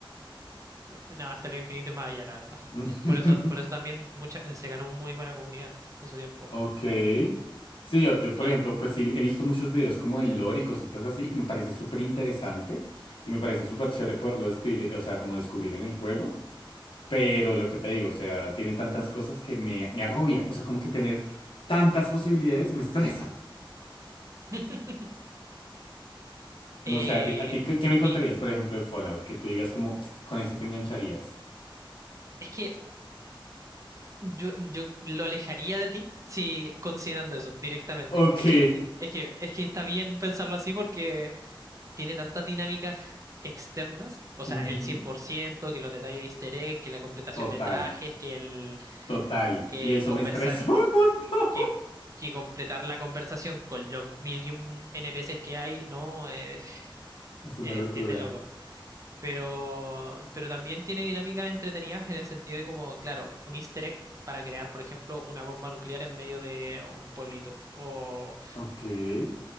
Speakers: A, on the right (about 35°); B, on the left (about 80°).
A: eh, no, hasta el infinito y más allá, la verdad. <laughs>
B: <laughs>
A: Por eso, por eso también mucha, se ganó muy buena comunidad en su tiempo.
B: Ok. Sí, yo, yo, por
A: Eh,
B: ejemplo, pues sí, he visto muchos videos como el lore y cositas así. Me parece súper interesante y me parece súper chévere poderlo describir, eh, o sea, como descubrir en el juego. Pero lo que te digo, o sea, tiene tantas cosas que me, me agobia. O sea, como que tener tantas posibilidades me estresa.
A: <laughs> eh,
B: No sé, a ti, a ti, ¿qué, qué me contarías,
A: y
B: por ejemplo, de Fallout? Que tú digas como, con esto te engancharías.
A: es que Yo, yo lo alejaría de ti si considerando eso directamente.
B: Ok.
A: Es que, eh, es que, es que está bien pensarlo así porque tiene tantas dinámicas externas, o sea,
B: Ujú.
A: el cien por ciento que los detalles de easter egg, que la completación
B: Total,
A: de trajes, que el
B: total.
A: que
B: Y eso
A: conversar,
B: me estresa <laughs> un montón.
A: que, que completar la conversación con los mil y un NPCs que hay, no, eh,
B: Es
A: es,
B: una locura.
A: es de loco pero, pero también tiene dinámicas entretenidas en el sentido de como, claro, un easter egg para crear, por ejemplo, una bomba nuclear en medio de un pueblito, o,
B: Ok. Oye,